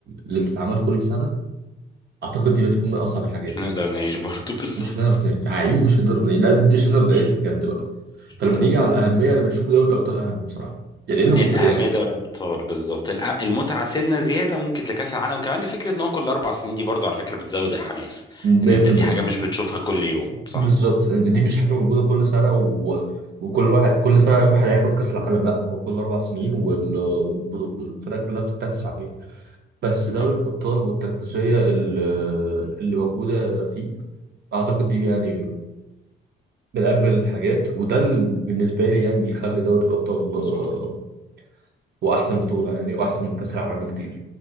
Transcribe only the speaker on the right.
اللي بتتعمل كل سنه اعتقد دي بتكون من اصعب الحاجات
يعني
مش هنعرف نعيش حقيقي مش هنقدر نعيش لا دي مش هنقدر نعيش بجد بقى فلما
نيجي على الاهميه انا بشوف دوري الابطال اهم بصراحه يعني انه
مت- يعني
100%
بالظبط ان دي مش حاجه موجوده كل سنه و... وكل واحد كل سنه واحد هياخد كاس العالم لا ده هو كل اربع سنين وال- والفرق كلها بتتنافس عليه بس دوري
الأبطال والتنافسية ال- اللي موجودة فيه أعتقد دي يعني من أجمل الحاجات وده اللي بالنسبة لي يعني بيخلي دوري الأبطال آه،
هو أحسن بطولة يعني وأحسن من كأس العالم بكتير